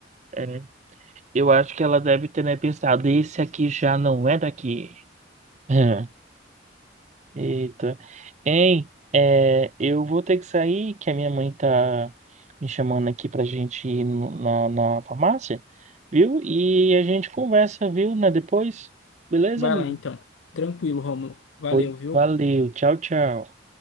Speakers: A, on the right (about 35°); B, on the left (about 85°).
A: é. Eu acho que ela deve ter, né, pensado, esse aqui já não é daqui. <laughs> Eita. Hein, é, eu vou ter que sair, que a minha mãe tá me chamando aqui pra gente ir no- na, na farmácia, viu? E a gente conversa, viu, né, depois. Beleza,
B: Vai
A: amigo?
B: lá, então. Tranquilo, Rômulo. Valeu,
A: Pois
B: viu?
A: valeu. Tchau, tchau.